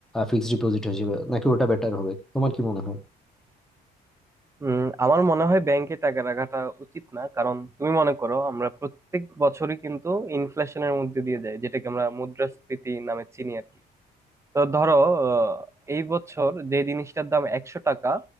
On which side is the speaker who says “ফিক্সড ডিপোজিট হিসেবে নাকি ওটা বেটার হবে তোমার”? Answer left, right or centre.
Centre